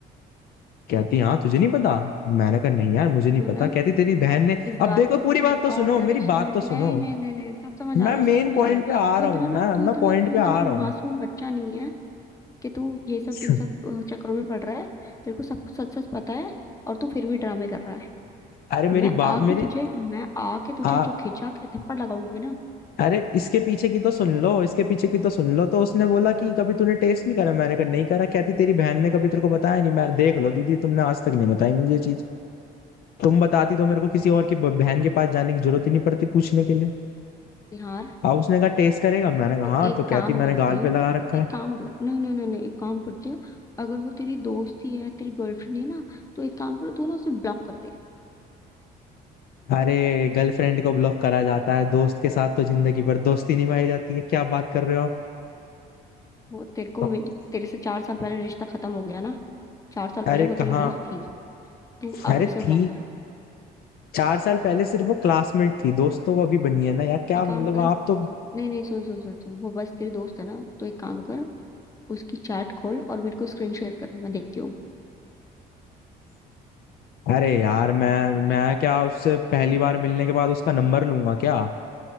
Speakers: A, on the left; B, on the left.
A: कहती हाँ तुझे नहीं पता मैंने कहा नहीं यार मुझे नहीं
B: तू
A: पता
B: ना
A: कहती तेरी बहन ने
B: इस
A: अब
B: बात
A: देखो
B: को
A: पूरी
B: किसी
A: बात तो
B: और
A: सुनो
B: डायरेक्शन
A: मेरी बात
B: में
A: तो सुनो
B: नहीं नहीं नहीं नहीं सब समझ
A: मैं
B: आ रहा है
A: मेन
B: सब समझ
A: पॉइंट
B: आ रहा है
A: पे आ
B: तू
A: रहा
B: इतना
A: हूँ
B: ना
A: मैं
B: तू इतना
A: मैं पॉइंट
B: तू
A: पे
B: इतना
A: आ
B: मासूम
A: रहा हूँ
B: बच्चा नहीं है कि तू ये सब
A: <laughs>
B: इन सब अ, चक्करों में पड़ रहा है तेरे को सब कुछ सच सच पता है और तू फिर भी ड्रामे कर रहा है
A: अरे मेरी
B: मैं
A: बात
B: आके
A: मेरी
B: तुझे मैं आके तुझे
A: आ
B: जो खिंचा के थप्पड़ लगाऊंगी ना
A: अरे इसके पीछे की तो सुन लो इसके पीछे की तो सुन लो तो उसने बोला कि कभी तूने टेस्ट नहीं करा मैंने कहा नहीं करा कहती तेरी बहन ने कभी तेरे को बताया नहीं मैं देख लो दीदी तुमने आज तक नहीं बताई मुझे ये चीज तुम बताती तो मेरे को किसी और की ब- बहन के पास जाने की जरूरत ही नहीं पड़ती पूछने के लिए
B: निहार
A: अब उसने कहा टेस्ट करेगा मैंने कहा
B: तो
A: हाँ
B: एक
A: तो कहती
B: काम
A: मैंने
B: करती
A: गाल पे
B: हूँ
A: लगा रखा
B: एक
A: है
B: काम कर नहीं नहीं नहीं नहीं एक काम करती हूँ अगर वो तेरी दोस्त ही है तेरी गर्लफ्रेंड है ना तो एक काम करो तू ना उसे ब्लॉक कर दे
A: अरे गर्लफ्रेंड को ब्लॉक करा जाता है दोस्त के साथ तो जिंदगी भर दोस्ती निभाई जाती है क्या बात कर रहे हो
B: वो तेरे को
A: आप
B: मिल तेरे से चार साल पहले रिश्ता खत्म हो गया ना चार साल
A: अरे
B: पहले वो
A: कहाँ
B: तेरी दोस्त थी तू अब
A: अरे
B: उसे
A: थी
B: ब्लॉक कर
A: चार साल पहले सिर्फ वो क्लासमेट थी दोस्तों वो अभी बनी है ना यार क्या
B: एक काम
A: मतलब
B: कर
A: आप तो
B: नहीं नहीं सुन सुन सुन सुन वो बस तेरी दोस्त है ना तो एक काम कर उसकी चैट खोल और मेरे को स्क्रीन शेयर कर मैं देखती हूँ
A: अरे यार मैं मैं क्या उससे पहली बार मिलने के बाद उसका नंबर लूंगा क्या